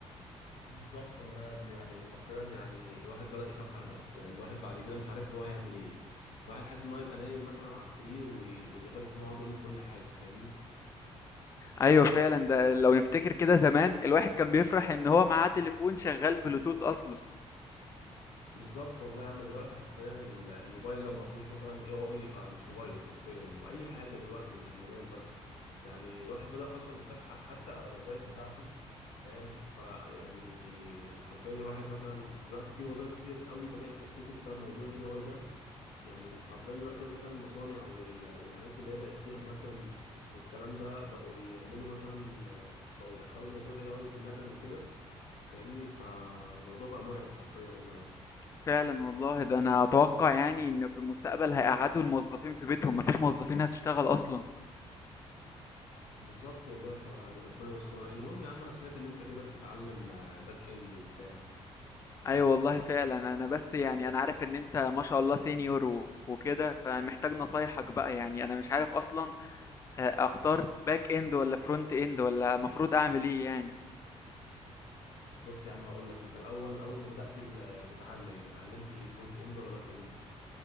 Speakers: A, on the left; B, on the left.
A: بالظبط والله يا ابني يعني حرفيا يعني الواحد بدأ يخاف على نفسه يعني الواحد بعد كده مش عارف هو هيعمل ايه الواحد حاسس ان هو يبقى نايم مثلا على السرير و- والذكاء الاصطناعي بيعمل كل حاجة فاهمني
B: ايوه فعلا ده لو نفتكر كده زمان الواحد كان بيفرح ان هو معاه تليفون شغال بلوتوث اصلا
A: بالظبط والله يا عم دلوقتي حرفيا ال- الموبايل لو ما فيهوش مثلا اي اي يبقى مش موبايل حرفيا واي حاجة دلوقتي مش الموبايل بس يعني الواحد بدأ اصلا يخاف ح- حتى على الوظائف بتاعته فاهم فيعني حرفيا الواحد مثلا دلوقتي في وظائف كتير قوي بدأت تختفي بسبب موضوع الاي اي ده يعني حرفيا دلوقتي مثلا المصانع وال- والحاجات اللي هي بقت فيها مكن والكلام ده بقوا يعملوا مثلا بقوا يدخلوا موضوع الاي اي في المكن وكده فاهمني فالموضوع بقى مرعب حرفيا والله يا ابني
B: فعلا والله ده انا اتوقع يعني ان في المستقبل هيقعدوا الموظفين في بيتهم مفيش موظفين هتشتغل اصلا
A: بالظبط والله فيعني ربنا يستر المهم يا عم انا سمعت ان انت كده بتتعلم باك اند وبتاع
B: ايوه والله فعلا انا بس يعني انا عارف ان انت ما شاء الله سينيور و- وكده فمحتاج نصايحك بقى يعني انا مش عارف اصلا آه، اختار باك اند ولا فرونت اند ولا مفروض اعمل ايه يعني
A: بص يا عم هقول لك انت الاول اول ما بدأت ال- تتعلم اتعلمت ايه فرونت اند ولا باك اند